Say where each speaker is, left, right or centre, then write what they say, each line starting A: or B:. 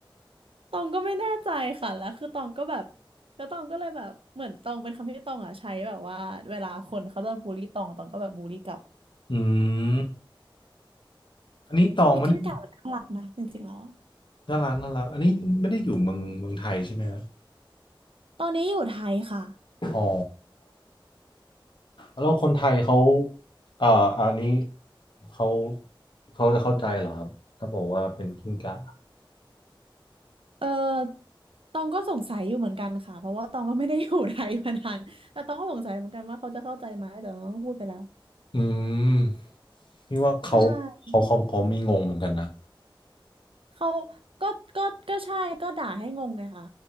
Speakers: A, on the right; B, on the left.
A: ตองก็ไม่แน่ใจค่ะแล้วคือตองก็แบบแล้วตองก็เลยแบบเหมือนตองเป็นคำที่ตองอ่ะใช้แบบว่าเวลาคนเขาจะบูลลี่ตองตองก็แบบบูลลี่กลับ
B: อืมอันนี้ตองไม่ได้
A: แต่กิ้งก่ามันน่ารักนะจริงๆแล้ว
B: น่ารักน่ารักอันนี้ไม่ได้อยู่เมืองเมืองไทยใช่ไหมครับ
A: ตอนนี้อยู่ไทยค่ะ
B: อ๋อแล้วคนไทยเขาเอ่ออันนี้เขาเขาจะเข้าใจเหรอครับถ้าบอกว่าเป็นกิ้งก่า
A: เออตองก็สงสัยอยู่เหมือนกันค่ะ เพราะว่าตองก็ไม่ได้อยู่ไทยมานาน <laughs> แต่ตองก็สงสัยเหมือนกันว่าเขาจะเข้าใจไหมแต่ตองก็พูดไปแล้ว
B: อืมนี่ว่าเขาเขาเขาเขามีงงเหมือนกันนะ
A: ใช่ เขาก็ก็ก็ใช่ก็ด่าให้งงไงค่ะ